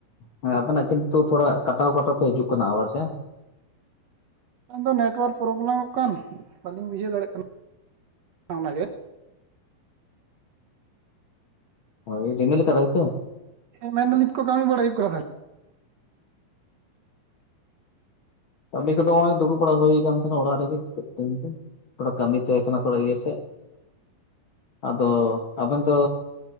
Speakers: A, on the left (about 60°); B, on the right (about 60°).
A: ᱦᱮᱸ ᱟᱵᱮᱱᱟᱜ ᱠᱤᱱᱛᱩ ᱛᱷᱚᱲᱟ ᱠᱟᱴᱟᱣ ᱠᱟᱴᱟᱣ ᱛᱮ ᱦᱤᱡᱩᱜ ᱠᱟᱱᱟ ᱥᱮ
B: ᱠᱷᱟᱱ ᱫᱚ ᱱᱮᱴᱚᱣᱟᱨᱠ ᱯᱨᱚᱵᱞᱮᱢᱚᱜ ᱠᱟᱱ ᱵᱟᱹᱞᱤᱧ ᱵᱩᱡᱷᱟᱹᱣ ᱫᱟᱲᱮᱭᱟᱜ ᱠᱟᱱᱟ ᱚᱱᱟᱜᱮ
A: ᱦᱳᱭ ᱨᱤᱢᱤᱞ ᱠᱟᱫᱟᱭ ᱥᱮ
B: ᱦᱮ ᱢᱮᱱ ᱫᱟᱞᱤᱧ ᱪᱮᱫ ᱠᱚ ᱠᱟᱹᱢᱤ ᱵᱟᱲᱟ ᱠᱟᱱᱟ ᱛᱟᱦᱚᱞᱮ
A: ᱠᱟᱹᱢᱤ ᱠᱚᱫᱚ ᱱᱚᱜ ᱚᱭ ᱫᱩᱲᱩᱵᱟᱲᱟ ᱦᱩᱭ ᱠᱟᱱ ᱛᱟᱦᱮᱱᱟ ᱚᱲᱟᱜ ᱨᱮᱜᱮ ᱪᱮᱫ ᱛᱷᱚᱲᱟ ᱠᱟᱹᱢᱤ ᱛᱟᱦᱮᱸ ᱠᱟᱱᱟ ᱛᱷᱚᱲᱟ ᱤᱭᱟᱹ ᱥᱮ ᱟᱫᱚ ᱟᱵᱮᱱ ᱫᱚ